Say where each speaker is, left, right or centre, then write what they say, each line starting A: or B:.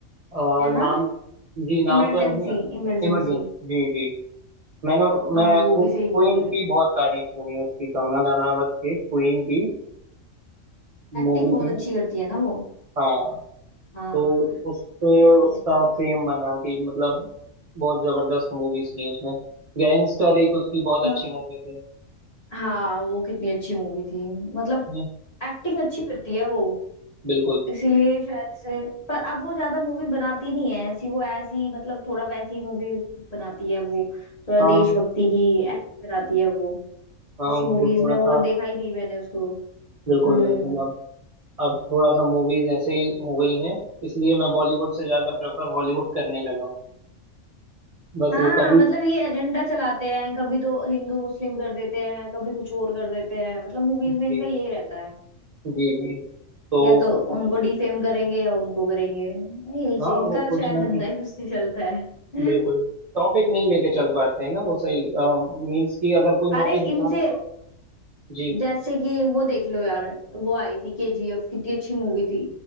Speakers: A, on the right; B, on the left.
A: आ,
B: है
A: नाम
B: ना
A: जी नाम
B: इमरजेंसी
A: तो याद नहीं आ रहा
B: इमरजेंसी
A: इमरजेंसी जी जी मैंने
B: हाँ
A: मैं
B: वो
A: क्वीन
B: भी सही मूवी थी
A: की बहुत तारीफ सुनी है उसकी कंगना रनावत की क्वीन की मूवी
B: एक्टिंग बहुत
A: थी
B: अच्छी
A: ना
B: करती है ना वो
A: हाँ
B: हाँ
A: तो उससे
B: एक्टिंग
A: उसका
B: अच्छी थी।
A: फेम बना कि मतलब बहुत जबरदस्त मूवीज की उसने गैंगस्टर एक उसकी बहुत
B: हाँ
A: अच्छी मूवी थी है
B: हाँ वो कितनी अच्छी मूवी थी मतलब
A: ना?
B: एक्टिंग अच्छी करती है वो
A: बिल्कुल
B: इसीलिए शायद से पर अब वो ज्यादा मूवी बनाती नहीं है ऐसी वो ऐसी मतलब थोड़ा वैसी मूवी बनाती है वो थोड़ा
A: हाँ
B: देशभक्ति की ऐसी बनाती है वो
A: हाँ
B: इसी मूवीज
A: वो थोड़ा
B: में वो
A: सा
B: देखा ही नहीं मैंने उसको हम्म
A: बिल्कुल बिल्कुल अब थोड़ा सा मूवीज ऐसे ही हो गई हैं इसलिए मैं बॉलीवुड से ज्यादा प्रेफर हॉलीवुड करने लगा हूँ बस
B: हाँ
A: वो कभी
B: मतलब ये एजेंडा चलाते हैं कभी तो हिंदू मुस्लिम कर देते हैं कभी कुछ और कर देते हैं मतलब मूवीज में
A: जी
B: इनका यही रहता है
A: जी जी तो
B: या तो उनको डिफेम करेंगे या उनको करेंगे यही चाहिए
A: हाँ
B: इनका
A: वो कुछ
B: शायद
A: ना
B: धंधा
A: कुछ
B: ही उससे चलता है
A: बिल्कुल टॉपिक नहीं लेके चल पाते हैं ना वो सही मीन्स कि अगर कोई मूवी
B: अरे
A: दिखा
B: इनसे
A: रहा है तो जी
B: जैसे कि वो देख लो यार वो आई थी केजीएफ कितनी अच्छी मूवी थी